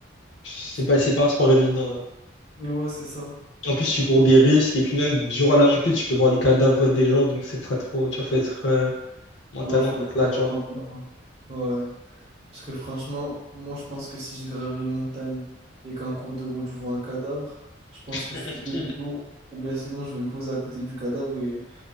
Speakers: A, on the left; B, on the right.
A: c'est
B: C'est-
A: pas, c'est pas un sport évident. ouais.
B: Ouais, c'est ça.
A: En plus, tu cours des risques, et puis même durant la montée, tu peux voir les cadavres des gens, donc c'est pas trop, tu vois, faut être euh, mentalement,
B: Ouais, faut
A: faut
B: être
A: être là,
B: fort
A: tu vois.
B: maintenant. Ouais. Parce que franchement, moi, je pense que si je gravis une montagne et qu'en cours de route, je vois un cadavre, je pense
A: <laughs>
B: que je fais demi-tour. Ou bien sinon, je vais me poser à côté du cadavre et